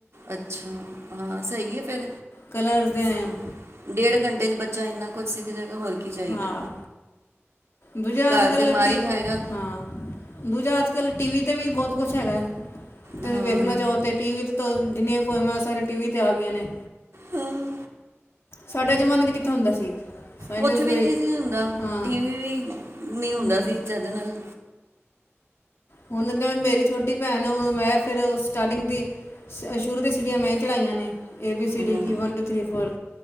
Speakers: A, on the right; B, on the left.
A: ਅੱਛਾ ਹਾਂ ਸਹੀ ਹੈ ਫਿਰ
B: ਕਲਰਸ ਦੇ
A: ਸਗੋਂ
B: ਨੇਮ
A: ਡੇਢ ਘੰਟੇ ਚ ਬੱਚਾ ਇੰਨਾ ਕੁਛ ਸਿੱਖ ਜਗ੍ਹਾ ਹੋਈ ਕੀ ਚਾਹੀਦਾ
B: ਹਾਂ ਦੂਜਾ
A: ਘਰ
B: ਅੱਜ ਕੱਲ
A: ਤੇ
B: ਰੋਟੀ
A: ਮਾਰ ਹੀ ਖਾਏਗਾ
B: ਹਾਂ ਦੂਜਾਜ ਅੱਜ ਕੱਲ੍ਹ ਟੀ ਵੀ 'ਤੇ ਵੀ ਬਹੁਤ ਕੁਛ ਹੈਗਾ ਤੁਸੀਂ
A: ਹਾਂ
B: ਵੇਖਣਾ ਚਾਹੋ ਤੇ ਟੀ ਵੀ ਜਿੰਨੀਆਂ ਵੀ ਫੋਮਾਂ ਸਾਰੇ ਟੀਵ ਤੇ ਆ ਗਈਆਂ ਨੇ
A: ਹਮ
B: ਸਾਡੇ ਜ਼ਮਾਨੇ ਚ ਕਿੱਥੇ ਹੁੰਦਾ ਸੀ ਸਾਡੇ
A: ਕੁਛ
B: 'ਚ ਕੋਈ
A: ਵੀ ਨਹੀਂ ਸੀ ਹੁੰਦਾ
B: ਹਾਂ
A: ਟੀ ਵੀ ਵੀ ਨ ਹੁੰਦਾ
B: ਹੂੰ
A: ਸੀੱਜ ਨਾਲ
B: ਹੁਣ ਜਿਵੇ ਮੇਰੀ ਛੋਟੀ ਭੈਣ ਉਹਨੂੰ ਮੈਂ ਫੇਿਰ ਸਟਾਰਟਿੰਗ ਦੀ ਸ਼ੁਰੂ ਦੀ ਸਿੜੀਆਂ ਮੈਂ ਚੜਾਈਆਂ ਨੇ ਏ ਬੀ ਸੀ ਡੀ
A: ਹਾਂ
B: ਕਿ ਵਨ ਟੂ ਥ ਫੋਰ